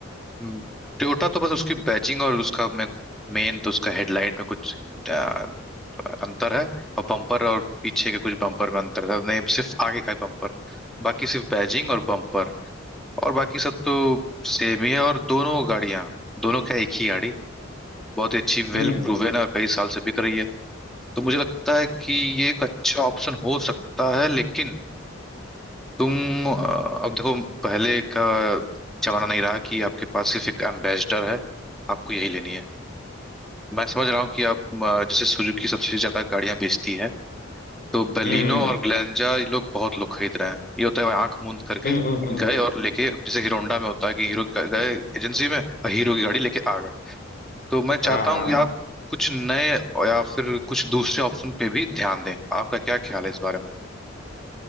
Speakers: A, in the centre; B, on the left.
A: टोयोटा तो बस उसकी बैजिंग और उसका में मेन तो उसका हेडलाइट में कुछ आ, अंतर है और बम्पर और पीछे के कुछ बम्पर में अंतर है नहीं सिर्फ आगे का ही बम्पर बाकी सिर्फ बैजिंग और बम्पर और बाकी सब तो सेम ही है और दोनों गाड़ियां दोनों क्या एक ही गाड़ी बहुत ही अच्छी वेल
B: हम्म
A: प्रूवन है और कई साल से बिक रही है तो मुझे लगता है कि ये एक अच्छा ऑप्शन हो सकता है लेकिन तुम अ, अब देखो पहले का जमाना नहीं रहा कि आपके पास सिर्फ एक एम्बेसडर है आपको यही लेनी है मैं समझ रहा हूँ कि आप अ, जैसे सुजुकी सबसे ज्यादा गाड़ियां बेचती है तो बलिनो
B: हम्म
A: और ग्लेंजा ये लोग बहुत लोग खरीद रहे हैं ये होता है आंख मूंद करके
B: हम्म हम्म हम्म,
A: गए
B: हम्म,
A: और लेके जैसे हीरो होंडा में होता है कि हीरो ग- गए एजेंसी में और हीरो की गाड़ी लेके आ गए तो मैं
B: हाँ
A: चाहता
B: हाँ
A: हूँ कि आप कुछ नए या फिर कुछ दूसरे ऑप्शन पे भी ध्यान दें आपका क्या ख्याल है इस बारे में